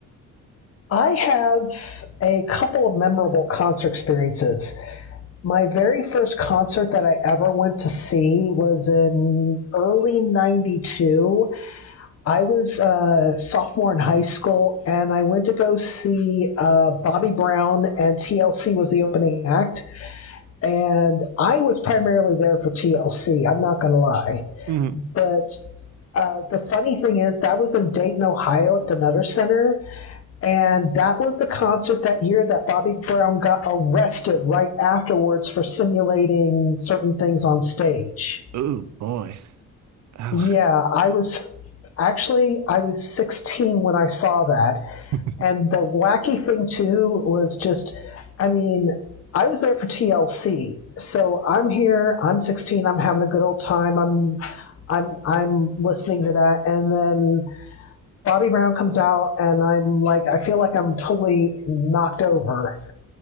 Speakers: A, on the left (about 50°); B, on the right (about 65°).
A: I have a couple of memorable concert experiences. My very first concert that I ever went to see was in early 92 I was a sophomore in high school, and I went to go see uh, Bobby Brown, and TLC was the opening act. And I was primarily there for TLC, I'm not going to lie.
B: hmm
A: But uh, the funny thing is, that was in Dayton, Ohio at the Nutter Center. And that was the concert that year that Bobby Brown got arrested right afterwards for simulating certain things on stage.
B: Oh boy. Ow.
A: Yeah, I was actually, I was 16 when I saw that
B: <laughs>
A: And the wacky thing too was just, I mean, I was there for TLC, so I'm here. I'm 16. I'm having a good old time. I'm, I'm, I'm listening to that, and then Bobby Brown comes out, and I'm like, I feel like I'm totally knocked over.